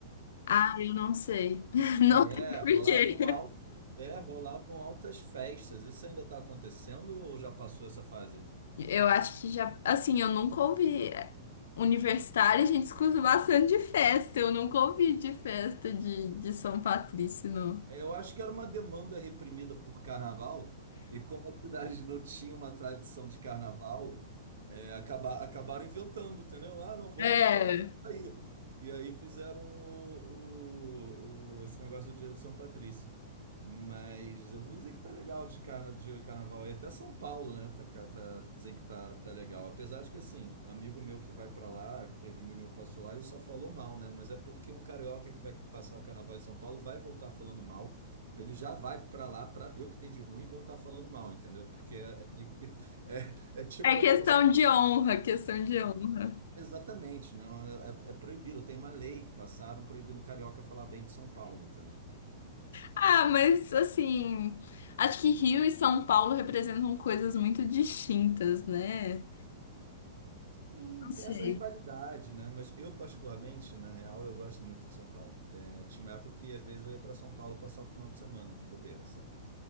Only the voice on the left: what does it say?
Ah, eu não sei. <laughs> Não
sei por
quê.
Eu acho que já. Assim, eu nunca ouvi. é, Universitário, a gente escuta bastante de festa. Eu nunca ouvi de festa de, de São Patrício, não.
É.
É questão
de honra, questão de honra.
Ah, mas assim. Acho que Rio e São Paulo representam coisas muito distintas, né?
Não sei.